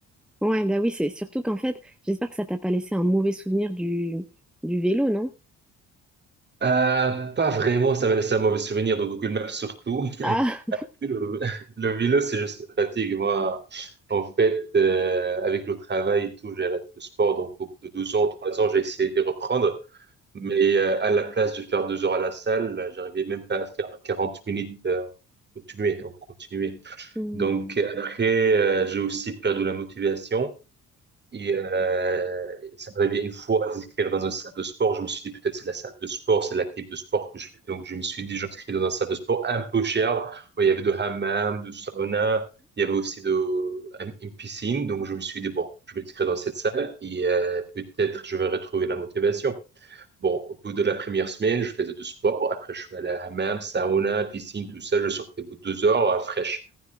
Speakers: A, in the centre; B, on the right.
A: Ouais, bah oui, c'est surtout qu'en fait, j'espère que ça t'a pas laissé un mauvais souvenir du, du vélo, non?
B: Euh, pas vraiment, ça m'a laissé un mauvais souvenir de Google Maps surtout. <laughs>
A: Ah!
B: Le, le vélo, c'est juste la fatigue. Moi, en fait, euh, avec le travail et tout, j'ai arrêté le sport. Donc, au bout de 12 ans, 3 ans, j'ai essayé de reprendre. Mais euh, à la place de faire deux heures à la salle, j'arrivais même pas à faire 40 minutes euh, en continuer, en continuer.
A: Mhm.
B: Donc, euh, après, euh, j'ai aussi perdu la motivation. Et euh, ça m'est arrivé une fois d'inscrire dans une salle de sport. Je me suis dit, peut-être c'est la salle de sport, c'est l'activité de sport que je fais. Donc, je me suis dit, j'inscris dans une salle de sport un peu chère. où il y avait de hammam, de sauna. Il y avait aussi de, un- une piscine. Donc, je me suis dit, bon, je vais m'inscrire dans cette salle et euh, peut-être je vais retrouver la motivation. Bon, au bout de la première semaine, je faisais du sport. Après, je suis allé à hammam, sauna, piscine, tout ça. Je sortais au bout de deux heures, euh, fraîche.